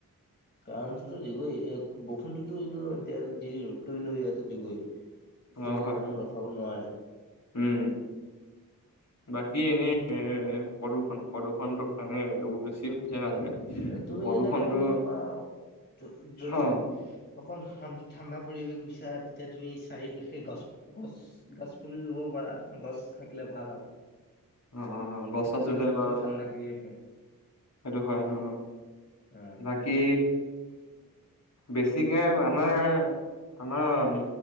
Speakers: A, on the left (about 30°); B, on the left (about 50°).
A: কাৰণটোতো দিবই বৰষুণতটোতো এনো দিয় দিয়ে ৰ'দতো এনেই দিয়াতো দিবই সেইটো
B: অ
A: বাও
B: হয়
A: কোনো
B: হয়
A: ৰখাব নোৱাৰে
B: উম বাকী এনেই প্ৰদূষণ প্ৰদূষণটোৰ কাৰানে এইবোৰ বেছি হৈছে ন আজিকালি
A: তুমি
B: প্ৰদূষণটো
A: এটা কাম কৰি পৰা যদি
B: অ
A: অকল শান্তি ঠাণ্ডা পৰিৱেশ বিচাৰ তেতিয়া তুমি চাৰিওকাষে গছ গছ গছ পুলি ৰুব পাৰা গছ থাকিলে ভাল আও
B: অ গছ চছ ৰোলে বাৰু
A: ঠাণ্ডা কৰি ৰাখে।
B: সেইটো হয় অ
A: অ
B: বাকী বেছিকে আমাৰ আমাৰ